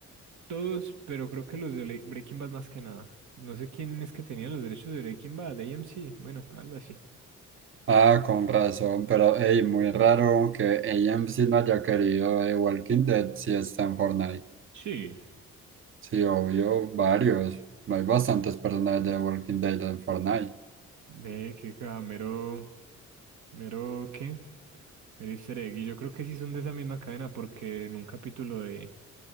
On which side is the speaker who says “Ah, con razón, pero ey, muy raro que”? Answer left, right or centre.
Right